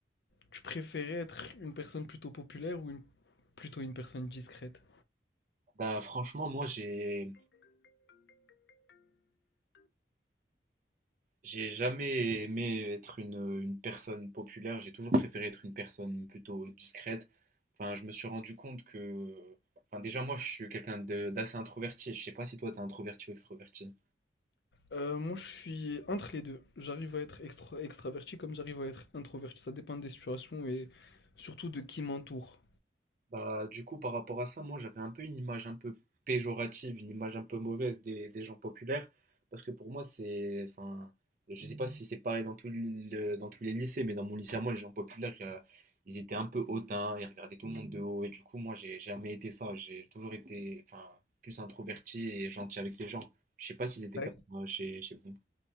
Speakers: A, on the left; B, on the right.
A: tu préférais être une personne plutôt populaire ou une- plutôt une personne discrète?
B: bah franchement, moi j'ai j'ai jamais aimé être une, une personne populaire, j'ai toujours préféré être une personne plutôt discrète. Enfin, je me suis rendu compte que, enfin déjà moi je suis quelqu'un de- d'assez introverti. Je sais pas si toi t'es introverti ou extroverti.
A: Euh, moi, je suis entre les deux. J'arrive à être extra extraverti comme j'arrive à être introverti. Ça dépend des situations et surtout de qui m'entoure.
B: Bah, du coup, par rapport à ça, moi j'avais un peu une image un peu péjorative, une image un peu mauvaise des, des gens populaires, parce que pour moi c'est, enfin, je sais pas si c'est pareil dans tout le- dans tous les lycées, mais dans mon lycée à moi, les gens populaires, euh, ils étaient un peu hautains, ils regardaient tout le monde de haut, et du coup moi j'ai jamais été ça, j'ai toujours été, enfin, plus introverti et gentil avec les gens. Je sais pas s'ils étaient
A: Ouais.
B: comme ça chez, chez vous.